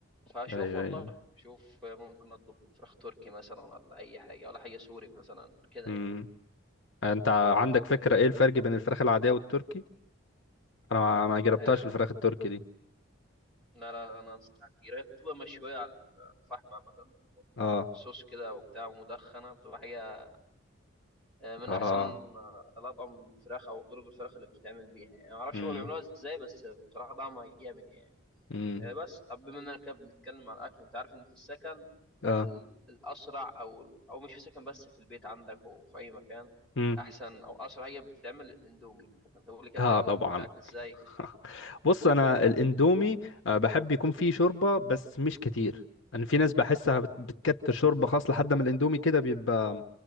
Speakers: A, in the centre; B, on the left.
A: فاشوف
B: ايوه
A: والله
B: ايوه
A: اشوف ممكن اطلب فراخ تركي مثلا ولا اي حاجه ولا حاجه سوري مثلا كده
B: امم
A: يعني
B: انت عندك فكرة ايه الفرق بين الفراخ العادية والتركي انا ما ما جربتهاش
A: ها-
B: الفراخ التركي دي
A: لا لا انا انصحك كتير هي بتبقى مشويه على الفحم مثلا
B: اه
A: صوص كده وبتاع مدخنه بتبقى حاجه آه، من
B: اه
A: احسن آه، الاطعم الفراخ او طرق الفراخ اللي بتتعمل بيها يعني ما اعرفش
B: امم
A: هما بيعملوها ازاي بس بصراحه طعمها جامد يعني
B: امم
A: آه، بس طب بما اننا كده بنتكلم عن الاكل انت عارف ان في السكن
B: اه
A: ال- الاسرع او ال- او مش في السكن بس في البيت عندك وفي اي مكان
B: امم
A: احسن او اسرع هي بتتعمل الاندومي انت قول لي كده
B: اه
A: بتعمل
B: طبعا
A: الاندومي بتاعك ازاي
B: <laughs> بص انا الاندومي آه، بحب يكون فيه شوربه بس مش كتير انا في ناس بحسها بت- بتكتر شوربه خاص لحد ما الاندومي كده بيبقى